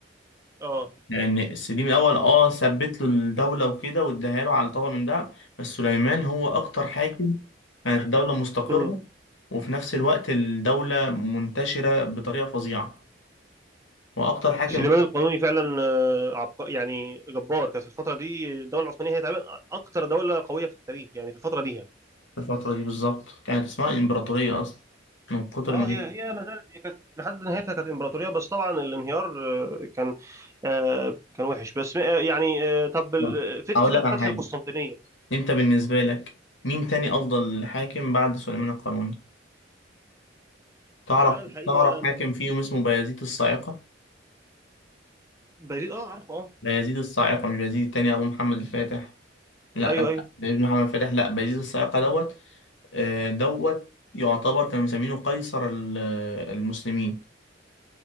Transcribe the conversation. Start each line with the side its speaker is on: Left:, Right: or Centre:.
Right: اه
Left: لان السليم الاول اه ثبت له الدوله وكده واداها له على طبق من دهب بس سليمان هو اكتر حاكم كانت الدوله مستقره
Right: مم.
Left: وفي نفس الوقت الدوله منتشره بطريقه فظيعه واكتر حاكم
Right: سليمان القانوني فعلا آه، عبق... يعني جبار كانت في الفتره دي الدوله العثمانيه هي تقريبا اكتر دوله قويه في التاريخ يعني في الفتره دي يعني
Left: في الفتره دي بالظبط كانت اسمها الامبراطوريه اصلا من كتر
Right: اه
Left: ما هي
Right: هي هي ما زالت هي كانت لحد نهايتها كانت امبراطوريه بس طبعا الانهيار آه، كان آه، كان وحش بس آه، يعني آه، طب
Left: <laughs>
Right: ال- فت-
Left: هقول
Right: فكره
Left: لك على
Right: فتح
Left: حاجه
Right: القسطنطينيه
Left: انت بالنسبه لك مين تاني افضل حاكم بعد سليمان القانوني تعرف
Right: آه الحقيقه
Left: تعرف حاكم فيهم اسمه بايزيد الصاعقه
Right: بايزيد اه عارفه اه
Left: بايزيد الصاعقه مش بايزيد التاني ابو محمد الفاتح لا
Right: ايوه ايوه
Left: ابن محمد فتح لا بيزيد الصياقة دوت آه، دوت يعتبر كانوا مسمينه قيصر ال- المسلمين